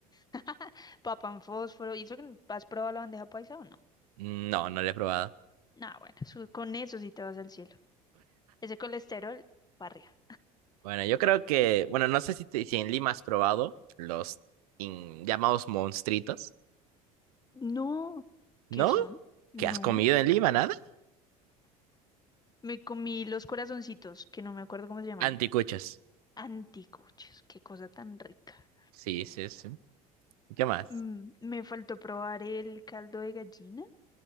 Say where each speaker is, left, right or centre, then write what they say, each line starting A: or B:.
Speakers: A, on the left (about 20°); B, on the right (about 80°).
A: <laughs> papá en fósforo. ¿Y eso que has probado la bandeja paisa o no?
B: No, no lo he probado.
A: Nah, bueno, su- con eso sí te vas al cielo. Ese colesterol para arriba.
B: Bueno, yo creo que, bueno, no sé si, te- si en Lima has probado los in- llamados monstritos,
A: No,
B: ¿no?
A: ¿qué son? No.
B: ¿Qué has comido en Lima? Nada.
A: Me comí los corazoncitos, que no me acuerdo cómo se llaman.
B: Anticuchos.
A: Anticuchos, qué cosa tan rica.
B: Sí, sí, sí. ¿Qué más?
A: Mm, me faltó probar el caldo de gallina,